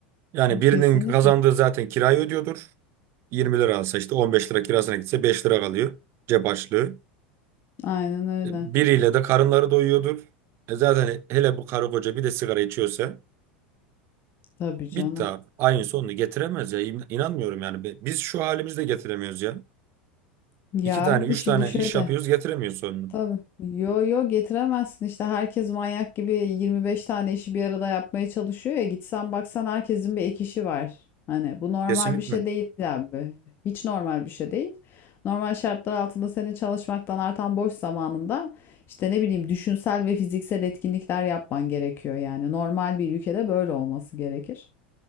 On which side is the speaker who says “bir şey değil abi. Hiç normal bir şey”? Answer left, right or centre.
Left